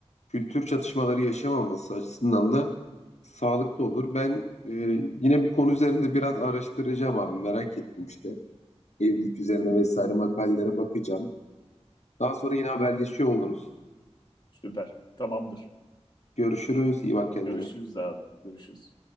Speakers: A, on the left (about 80°); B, on the left (about 40°).
A: kültür çatışmaları yaşamaması açısından da sağlıklı olur. Ben e, yine bu konu üzerinde biraz araştıracağım abi merak ettim işte evlilik üzerine vesaire makalelere bakacağım. Daha sonra yine haberleşiyor oluruz.
B: Süper. Tamamdır.
A: Görüşürüz. iyi bak kendine.
B: Görüşürüz abi. Görüşürüz.